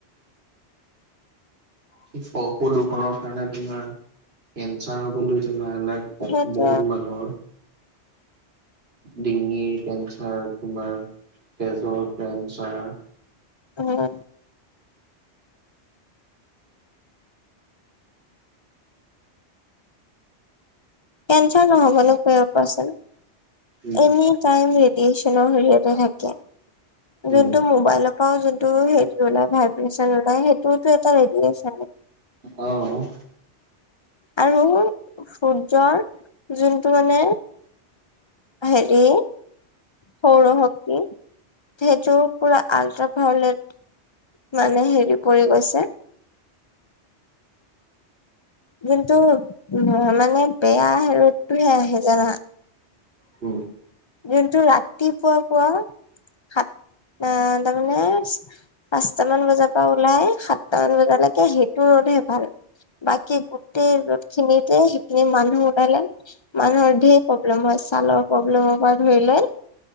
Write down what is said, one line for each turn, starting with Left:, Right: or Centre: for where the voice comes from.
Right: <unintelligible> প্ৰদূষণৰ কাৰণে, তোমাৰ, কেঞ্চাৰ হ'বলৈ লৈছে, লাহে-লাহে
Left: সেইটোৱে
Right: বহুত মানুহৰ ডিঙিৰ কেঞ্চাৰ, তোমাৰ, তেজৰ কেঞ্চাৰ
Left: অ'। কেঞ্চাৰ নহ'বনো কিয় কোৱাচোন,
Right: উম
Left: এনে <unintelligible> ৰেডিয়েচনৰ হেৰিয়তে থাকে। যোনটো
Right: উম
Left: মোবাইল যোনটো হেৰি ওলাই ভাইব্ৰেচন ওলাই, সেইটোওতো এটা ৰেডিয়েচনে।
Right: অ'।
Left: আৰু সূৰ্যৰ যোনটো মানে হেৰি, সৌৰ শ ক্তি, সেইটো পৰা আল্ট্ৰাভায়লেট মানে, হেৰি কৰি গৈছে যোনটো, মানে বেয়া ৰ'দটোহে আহে, জানা
Right: হম।
Left: যোনটো, ৰাতিপুৱা -পুৱা সাঁত আহ, তাৰমানে পাঁচটামান বজাৰ পৰা ওলাই সাতটামান বজালৈকে, সেইটো ৰ'দহে ভাল। বাকী গোটেই ৰ'দ খিনিতে সেইখিনি মানুহ ওলালে মানুহৰ ধেৰ প্ৰব্লেম হয়, ছালৰ প্ৰব্লেম <unintelligible> ধৰিলৈ,